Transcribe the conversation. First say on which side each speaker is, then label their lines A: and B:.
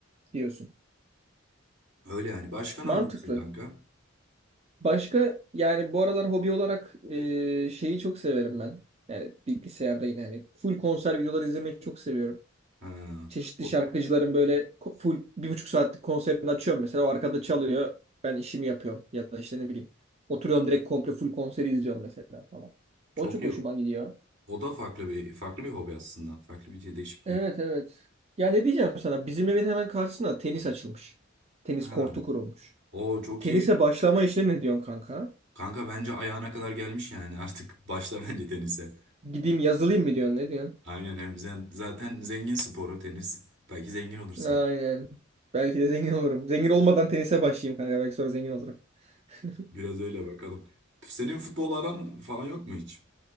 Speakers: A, on the right; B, on the right.
A: diyorsun.
B: Öyle yani. Başka ne
A: Mantıklı.
B: yapıyorsun kanka?
A: Başka yani bu aralar hobi olarak e, şeyi çok severim ben. Yani bilgisayarda yine hani full konser videoları izlemeyi çok seviyorum.
B: Ha,
A: Çeşitli
B: o
A: şarkıcıların
B: da-
A: böyle ko- full bir buçuk saatlik konserini açıyorum mesela. O arkada çalıyor. Ben işimi yapıyorum. Ya da işte ne bileyim. Oturuyorum direkt komple full konseri izliyorum mesela falan.
B: çok
A: O çok
B: iyi.
A: hoşuma gidiyor.
B: O da farklı bir farklı bir hobi aslında. Farklı bir şey, değişikliği.
A: Evet evet. Ya ne diyeceğim sana? Bizim evin hemen karşısına tenis açılmış. Tenis
B: Ha.
A: kortu kurulmuş.
B: O çok
A: Tenise
B: iyi.
A: başlama işine ne diyorsun kanka?
B: Kanka bence ayağına kadar gelmiş yani. <laughs> Artık başla bence tenise.
A: Gideyim yazılayım mı diyorsun? Ne diyorsun?
B: Aynen hem zen- zaten zengin sporu tenis. Belki zengin olursun.
A: Aynen. Belki de zengin olurum. Zengin olmadan tenise başlayayım kanka. Belki sonra zengin olurum. <laughs>
B: Biraz öyle bakalım. Senin futbol aran falan yok mu hiç?